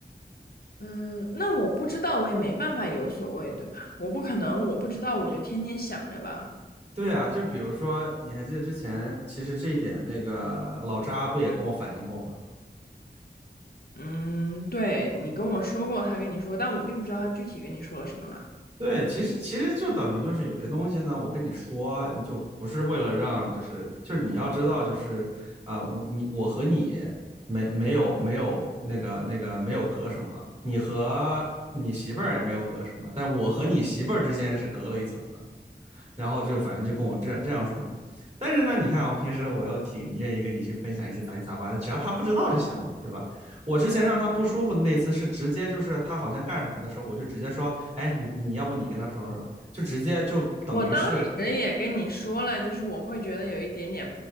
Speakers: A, on the left; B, on the right.
A: 嗯，那我不知道，我也没办法有所谓，对吧？我不可能，我不知道，我就天天想着吧。
B: 对啊，就比如说，你还记得之前，其实这一点那个老扎不也跟我反映过吗？
A: 嗯，对，你跟我说过，他跟你说，但我并不知道他具体跟你说了什么啦。
B: 对，其实其实就等于就是有些东西呢，我跟你说，你就不是为了让，就是就是你要知道，就是啊、呃我你我和你没没有没有那个那个没有隔什么，你和你媳妇儿也没有隔什么，但我和你媳妇儿之间是隔了一层的。然后就反正就跟我这这样说嘛。但是呢，你看我平时我又挺愿意跟你去分享一些杂七杂八的，只要他不知道就行了嘛，对吧？我之前让他不舒服的那一次是直接就是他好像干什么的时候，我就直接说，哎，你你要不你跟他说说，就直接就等于是
A: 我当时也跟你说了，就是我会觉得有一点点